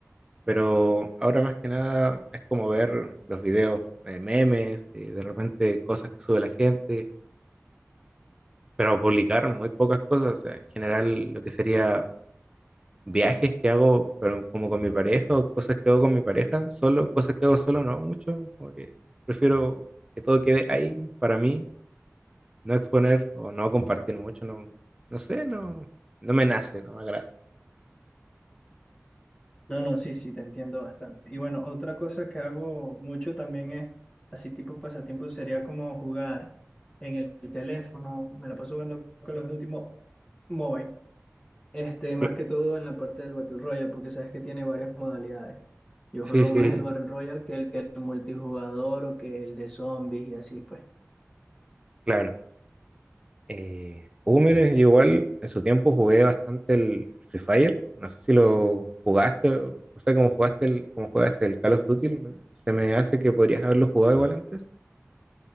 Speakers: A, on the right (about 15°); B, on the left (about 20°).
A: pero ahora más que nada es como ver los videos, eh, memes, eh, de repente cosas que sube la gente, pero publicar muy pocas cosas, o sea, en general lo que sería viajes que hago, pero como con mi pareja, o cosas que hago con mi pareja, solo, cosas que hago solo no mucho, como que prefiero que todo quede ahí para mí, no exponer o no compartir mucho, no, no sé, no, no me nace, no me agrada.
B: No, no, sí, sí, te entiendo bastante. Y bueno, otra cosa que hago mucho también es, así tipo pasatiempo, sería como jugar en el teléfono. Me la paso jugando Call of Duty Mo- Mobile. Este, más
A: Cl-
B: que todo en la parte del Battle Royale, porque sabes que tiene varias modalidades. Yo
A: Sí,
B: juego
A: sí,
B: más el Battle Royale que el, que el multijugador o que el de zombies y así, pues.
A: claro. Eh, uh, mire, yo igual en su tiempo jugué bastante el, el Free Fire. No sé si lo jugaste, o no sé cómo jugaste el, cómo juegas el Call of Duty. me- Se me hace que podrías haberlo jugado igual antes.